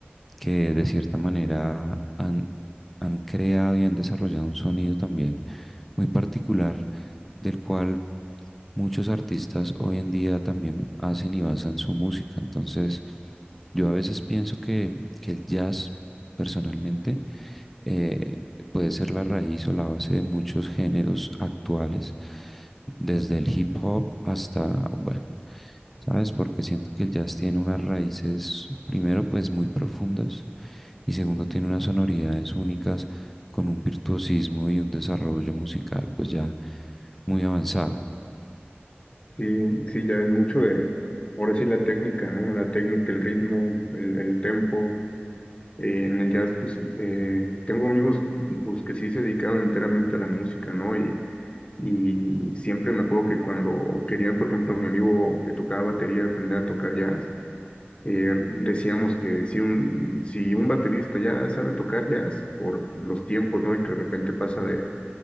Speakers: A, in the centre; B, on the left.
A: que de cierta manera han, han creado y han desarrollado un sonido también muy particular, del cual muchos artistas hoy en día también hacen y basan su música. Entonces, yo a veces pienso que, que el jazz, personalmente, eh, puede ser la raíz o la base de muchos géneros actuales, desde el hip hop hasta, bueno, ¿sabes? Porque siento que el jazz tiene unas raíces, primero, pues muy profundas y segundo,
B: Ujú.
A: tiene unas sonoridades únicas con un virtuosismo y un desarrollo musical, pues ya muy avanzado.
B: Sí, sí, ya es mucho de, ahora sí la técnica, ¿no? La técnica, el ritmo, el, el tempo. Eh, en el jazz, pues, eh, tengo amigos, pues, que sí se dedicaron enteramente a la música, ¿no? Y, y siempre me acuerdo que cuando querían, por ejemplo, mi amigo que tocaba batería aprender a tocar jazz, eh, decíamos que si un, si un baterista ya sabe tocar jazz por los tiempos, ¿no? Y que de repente pasa de,